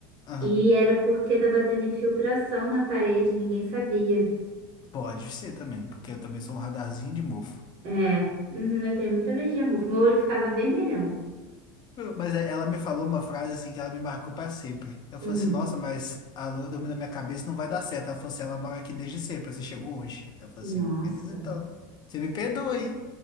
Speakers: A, on the left (about 40°); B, on the right (about 55°).
A: aham,
B: E era porque tava tendo infiltração na parede, e ninguém sabia.
A: pode ser também, porque eu também sou um radarzinho de mofo.
B: É, uhum, eu tenho muita alergia a mofo. Meu olho ficava vermelhão.
A: Mas é- ela me falou uma frase assim que ela me marcou pra sempre. Eu
B: Hum,
A: falei assim, nossa, mas a loira dormiu na minha cabeça, não vai dar certo. Ela falou assim, ela mora aqui desde sempre, você chegou hoje. Eu falei
B: nossa,
A: assim, beleza então. Você me perdoa, hein?